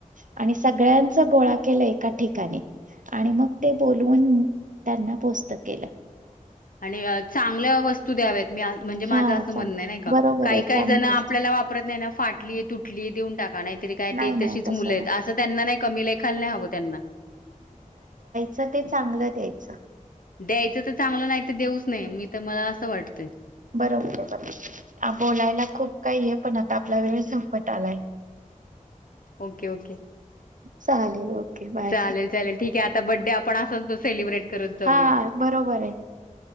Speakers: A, on the right; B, on the left.
A: आणि सगळ्यांच गोळा केल एका ठिकाणी- आणि मग ते बोलवून त्यांना पोस्त केलं.
B: आणि चांगल्या वस्तू द्याव्यात. मी आ म्हणजे माझं
A: हा
B: असं
A: चा
B: म्हणणं नाही का,
A: बरोबर
B: काही
A: आहे
B: काही
A: चांगली
B: जणं आपल्याला
A: गोष्ट
B: वापरत नाही ना फाटली आहे तुटली आहे देऊन टाक <unintelligible> काय
A: नाही
B: ते
A: नाही
B: तशीच
A: तसं
B: मुलं आहेत
A: नाही
B: असं त्यांना नाही. कमी लेखायला नाही हवं त्यांना.
A: च ते चांगलं द्यायचं.
B: द्यायचं तर चांगलं नाही तर देऊच नाही, मी तर मला असं वाटतंय.
A: बरोबर आहे बरोबर. बोलायला खूप काही आहे पण आता आपला वेळ संपत आलाय.
B: Okay okay.
A: चालेल ओके बाय.
B: चालेल चालेल. ठीक आहे. आता बर्थ डे आपण असाच सेलिब्रेट- करत जाऊयात.
A: हा बरोबर आहे.